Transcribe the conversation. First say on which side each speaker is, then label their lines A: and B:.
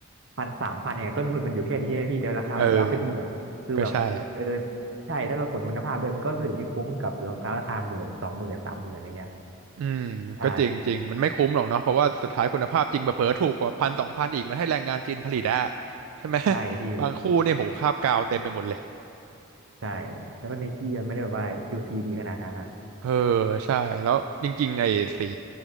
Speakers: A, on the right (about 60°); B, on the right (about 75°).
A: พันสามพันเนี่ยต้นทุนมันอยู่แค่นี้ใช่ไหมพี่เดี๋ยวราคามันโดนอัพเป็นหมื่นคือแบบเออ
B: เออก็ใช่
A: ใช่ถ้าเราสวนคุณภาพเลยมันก็ถือไม่คุ้มกับรองเท้าราคาหมื่นสองหมื่นสามหมื่นอะไรเงี้ย
B: อืมก็จริงจริงมันไม่คุ้มหรอกเนาะเพราะว่าสุดท้ายคุณภาพจริงเผลอๆถูกกว่าพันสองพันอีกมันให้แรงงานจีนผลิตอะ
A: ใช่
B: ใช่ไหม
A: ใช่พี่
B: <laughs> บางคู่นี่โหคราบกาวเต็มไปหมดเลย
A: ใช่แล้วก็ไนกี้มันไม่ได้แบบว่ายูซีดีขนาดนั้นอ่ะ
B: เออใช่แล้วจริงๆไอ้สี